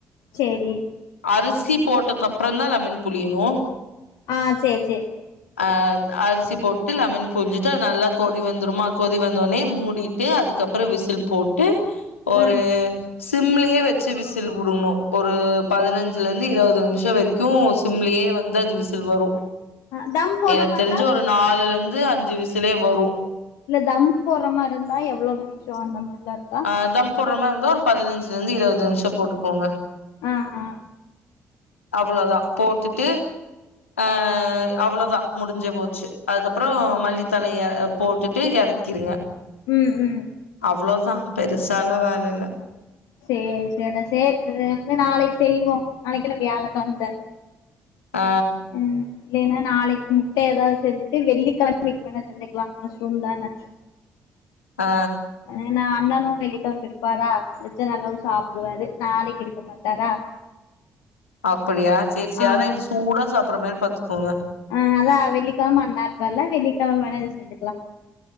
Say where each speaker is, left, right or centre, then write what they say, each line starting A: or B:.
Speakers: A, on the left; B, on the left.
A: சேரி
B: அரிசி போட்டதுக்கு அப்பறந்தா லெமன் புழியணு
A: ஆ சேர் சேரி
B: ஆ அரிசி போட்டு லெமன் புழிஞ்சிட்டு அது நல்லா கொதி வந்துருமா கொதி வந்த ஒன்னே மூடி ட்டு அதுக்க அப்பறோ விசில் போட்டு ஒரு
A: ஆ
B: சிம்லயே வச்சி விசில் வுடணு ஒரு பதினஞ்சில இருந்து இருவது நிமிசோ வரைக்கு சிம்லயே வந்து அது விசில் வரு
A: ஆ தம் போட்ற
B: எனக்கு
A: மார்ருந்தா
B: தெரிஞ்சி ஒரு நாலுல இருந்து அஞ்சி விசிலே வரு
A: இல்ல தம் போட்ற மாரி இருந்தா எவ்ளோ நிமிசோ அந்த மாரில இரு
B: ஆ தம் போட்ற மாரி இருந்தா ஒரு பதினஞ்சில இருந்து இருவது நிமிசோ போட்டுக்கோங்க
A: ஆ ஆ
B: அவ்ளோதா போட்டுட்டு ஆ அவ்ளோதா முடிஞ்சே போச்சி அதுக்கப்பறோ மல்லித்தழைய போட்டுட்டு எறக் கிருங்க
A: ம் ம்
B: அவ்ளோதா பெருசால்லா வேல இல்ல
A: சேர் சேரிடா சேரி நாளைக்கு செய்வோ நாளைக்கு என்ன வியாழக்கெழம தான
B: ஆ
A: ம் இல்லைன்னா நாளைக்கி முட்ட ஏதாவது செஞ்சிட்டு வெள்ளிக்கெழமைக்கு வேணா செஞ்சுக்கலா மஷ்ரூம் தான
B: ஆ
A: ஏன்னா அண்ணனு வெள்ளிக்கெழம இருப்பாரா செஞ்சா நல்லாவு சாப்டுவாரு நாளைக்கி இருக்க மாட்டாரா
B: அப்டியா சேரி சேரி
A: ஆமா
B: ஆனா இது சூடா சாப்ட்ற மாரி பாத்துக்கோங்க
A: ஆ அதா வெள்ளிக்கெழம அண்ணா இருப்பார்ல வெள்ளிக்கெழம வேணா இது செஞ்சிக்கலா